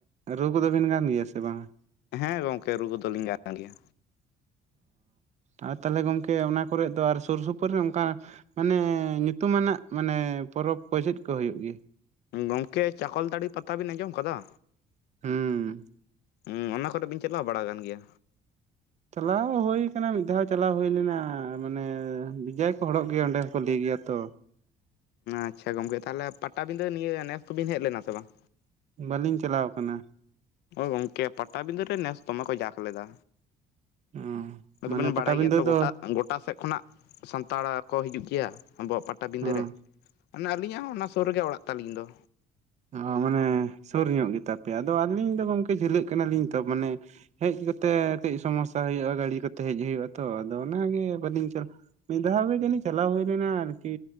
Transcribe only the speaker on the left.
ᱦᱮᱸ ᱜᱚᱝᱠᱮ ᱨᱩ ᱠᱚᱫᱚ ᱞᱤᱧ ᱜᱟᱱ ᱜᱮᱭᱟ᱾
ᱜᱚᱢᱠᱮ ᱪᱟᱠᱚᱞᱛᱟᱲᱤ ᱯᱟᱛᱟ ᱵᱤᱱ ᱟᱸᱡᱚᱢ ᱠᱟᱫᱟ
ᱦᱩᱸ ᱚᱱᱟ ᱠᱚᱨᱮ ᱵᱤᱱ ᱪᱟᱞᱟᱣ ᱵᱟᱲᱟ ᱟᱠᱟᱱ ᱜᱮᱭᱟ
ᱟᱪᱪᱷᱟ ᱜᱚᱢᱠᱮ ᱛᱟᱞᱦᱮ ᱯᱟᱴᱟᱵᱤᱸᱫᱟᱹ ᱱᱤᱭᱟᱹ ᱱᱮᱥ ᱛᱚᱵᱤᱱ ᱦᱮᱡ ᱞᱮᱱᱟ ᱥᱮ ᱵᱟᱝ
ᱦᱚᱭ ᱜᱚᱢᱠᱮ ᱯᱟᱴᱟᱵᱤᱸᱫᱷᱟᱹ ᱨᱮ ᱱᱮᱥ ᱫᱚᱢᱮ ᱠᱚ ᱡᱟᱸᱠ ᱞᱮᱫᱟ
ᱟᱫᱚ
ᱵᱮᱱ
ᱵᱟᱲᱟᱭ ᱜᱮᱭᱟ ᱛᱚ
ᱜᱚᱴᱟ ᱜᱚᱴᱟ ᱥᱮᱫ ᱠᱷᱚᱱᱟᱜ ᱥᱟᱱᱛᱟᱲ ᱠᱚ ᱦᱤᱡᱩᱜ ᱜᱤᱭᱟ ᱟᱵᱚᱣᱟᱜ ᱯᱟᱴᱟᱵᱤᱸᱫᱟᱹ
ᱨᱮ ᱢᱟᱱᱮ ᱟᱹᱞᱤᱧᱼᱟᱜ ᱦᱚᱸ ᱚᱱᱟ ᱥᱳᱨ ᱨᱮᱜᱮ ᱚᱲᱟᱜ ᱛᱟᱹᱞᱤᱧ ᱫᱚ